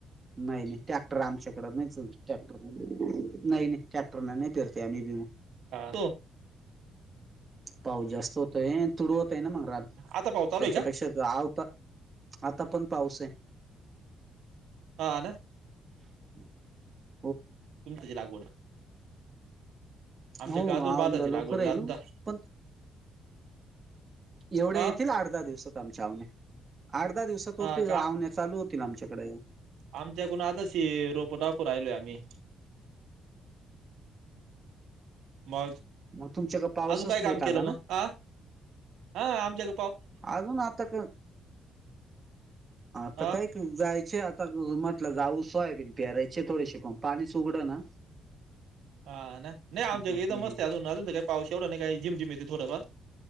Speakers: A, on the right; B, on the right.
A: नाही, नाही टॅक्टर आमच्याकडे नहीच, टॅक्टर नाही नही टॅक्टरनं नही पेरतय आमी भुईमूग
B: तो!
A: पाऊस जास्त होतोय तुडवत त्यानं म रान
B: आता पाऊस चालू
A: त्याच्यापेक्षा
B: आहे का
A: आवता आता पण पाऊस हे
B: हा ना
A: <inaudible>
B: तुम्ही त्याची लागवड आमच्या
A: हो
B: का अजून
A: औंदा
B: भाताची लागवड
A: लवकर आहे
B: अजून
A: न पण एवढ्या
B: हा
A: येतील आठ, धा दिवसात आमच्या अवन्या आठ दहा दिवसात होतील,
B: हा
A: आवण्या चालू होतील आमच्याकडं
B: आमच्याकून आताशी रोपं टाकून राहिलोय आम्ही. बात
A: मग तुमच्या का पाऊसच
B: अजून काय काम
A: लेट
B: केलं
A: आला
B: म
A: ना
B: आ हा आमच्याक
A: अजून आता क आता
B: हा
A: कायी, कायी जायचे आत म्हटलं जाऊ सोयाबीन पेरायचे थोडेसे, पण पाणीच उघडं ना
B: हा ना
A: त्याच्यामध्ये
B: नई आमच्याक इथं मस्तय अजून, अजून त काय पाऊस एवढा नही काही, झिमझिम येते थोडंफार